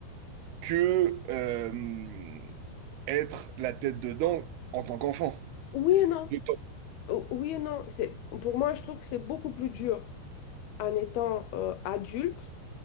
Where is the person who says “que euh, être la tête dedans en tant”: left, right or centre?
Right